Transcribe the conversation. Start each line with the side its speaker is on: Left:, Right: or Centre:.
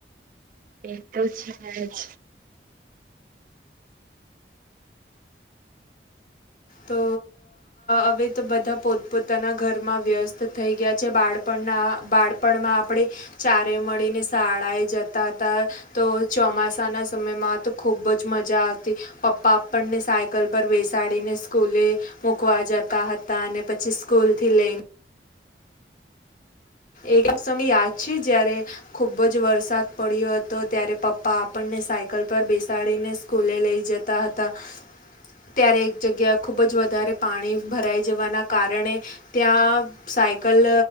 Right: તે તો છે જ
Left: તો અવે તો બધા પોતપોતાના ઘરમાં વ્યસ્ત થઈ ગયા છે બાળ આપના બાળપણમાં આપણે ચારે મળીને શાળાએ જતા હતા તો ચોમાસા સાના સમયમાં તો ખૂબ જ મજા આવતી પપ્પા આપણને સાયકલ પર બેસાડીને સ્કૂલે મૂકવા જતા હતા અને પછી સ્કૂલ થી લઈ એકમ સમય યાદ છે જય્યારે ખૂબ જ વરસાદ પડ્યો હતો ત્યારે પપ્પા આપણને સાયકલ પર બેસાડીને સકુલે લઈ જતા હતા ત્યારે એક જગ્યા ખુબ જ વધારે પાણી ભરાય જવાના કારણે ત્યાં સાયકલ